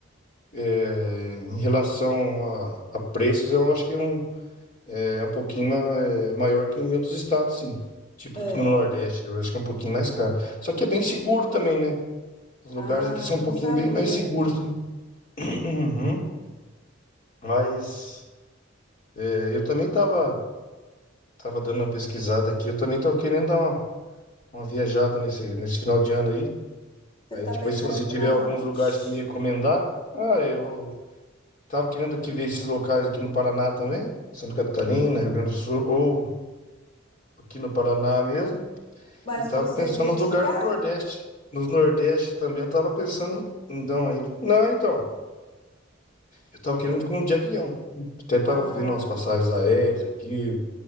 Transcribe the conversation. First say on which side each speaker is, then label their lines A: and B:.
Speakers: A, on the left (about 40°); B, on the left (about 25°).
A: É, em relação a, a preços, eu acho que é um, é um pouquinho ma- é, maior que em outros estados, sim. Tipo
B: É.
A: que no Nordeste, eu acho que é um pouquinho mais caro. Só que é bem
B: Porque-
A: seguro também, né? Os lugares
B: Ah,
A: aqui são
B: eu
A: um pouquinho
B: não sabia.
A: bem mais seguros. também. <clears throat> Uhum. Mas é, eu também tava, tava dando uma pesquisada aqui, eu também tava querendo dar uma, uma viajada nesse, nesse final de ano aí.
B: Você
A: Aí
B: tá
A: depois,
B: pensando
A: se você
B: em ir para
A: tiver alguns
B: onde?
A: lugares para me recomendar, ah, eu Tava querendo aqui ver esses locais aqui no Paraná também, Santa Catarina,
B: Uhum.
A: Rio Grande do Sul, ou aqui no Paraná mesmo.
B: Mas
A: E tava
B: você
A: pensando
B: iria de
A: nos lugares
B: carro?
A: do Nordeste. Nos Nordeste também eu tava pensando em. Então, aí. Não, então. Eu tava querendo com de avião. Até tava
B: Ah,
A: vendo as passagens aéreas aqui,